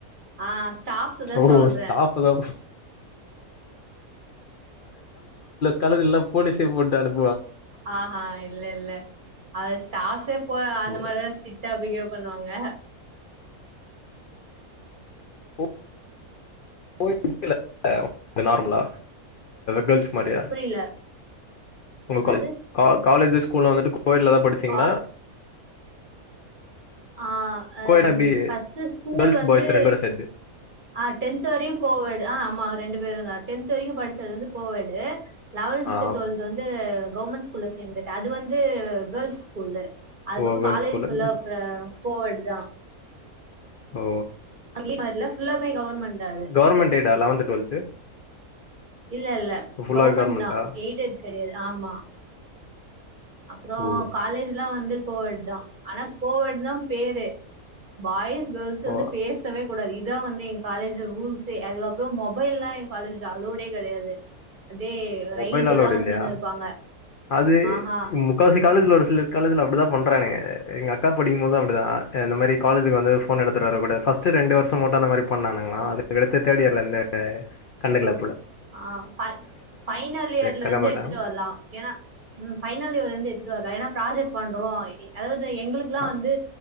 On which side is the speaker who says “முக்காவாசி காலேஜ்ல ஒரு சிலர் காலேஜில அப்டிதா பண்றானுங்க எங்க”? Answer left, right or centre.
Left